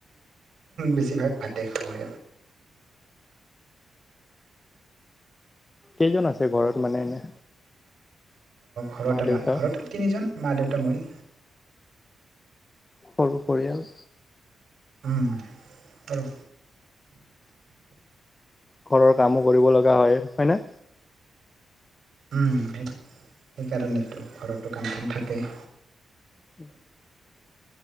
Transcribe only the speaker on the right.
বেছিভাগ ভাতে খাও।
ঘৰত
ঘৰত তিনিজন মা, দেউত, মই।
উম, আৰু
উম, সেইকাৰণেতো ঘৰতো কাম বন থাকেই।